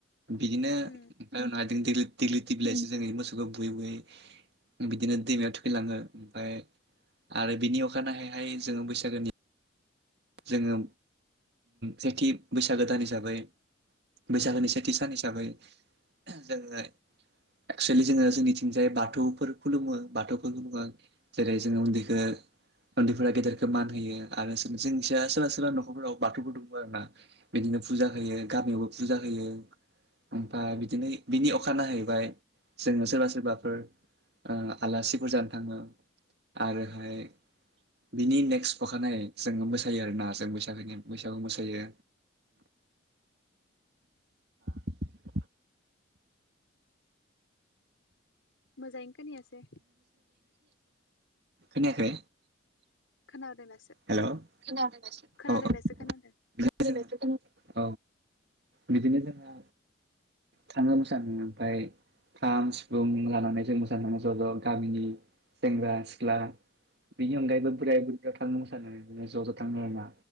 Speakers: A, on the right (about 55°); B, on the left (about 80°).
A: बिदिनो
B: उम
A: <unintelligible> देग्लिथि बिलायसो जों मोसौखौ बुयै बुयै बिदिनो दैमायाव थुखैलाङो ओमफ्राय आरो बिनि अखानायहायहाय जोङो बैसागोनि जोङो सेथि बैसागो दान हिसाबै बैसागोनि सेथि सान हिसाबै जोङो एक्सुेलि जोङो जोंनिथिंजाय बाथौफोर खुलुमो बाथौफोरखौ बुङो जेरै जोङो उन्दैखौ उन्दैफोरा गेदेरखौ मान होयो आरो जोंनिसाय सोरबा सोरबा नखरफोराव बाथौफोर दङ आरोना बिदिनो फुजा होयो गामियावबो फुजा होयो ओमफ्राय बिदिनो बिनि अखानायाहैबाय जोङो सोरबा सोरबाफोर ओ आलासिफोर जानो थाङो आरोहाय बिनि नेक्स्ट अखानायै जोङो मोसायो आरोना जों बैसागोनि बैसागु मोसायो <unintelligible> <unintelligible> <unintelligible>
B: मोजाङैनो खोनायासै
A: खोनायाखै?
B: <unintelligible>
A: हेल' <unintelligible>
B: खोनादों
A: <unintelligible>
B: दासो खोनादों
A: औ बिदिनो जोंहा थाङो मोसानो ओमफ्राय खाम सिफुं लानानै जों मोसानो ज' ज' गामिनि सेंग्रा सिख्ला बेनि अनगायैबो बोराय बुरैबो थाङो मोसानोनो ज' ज' थांनो आरोङा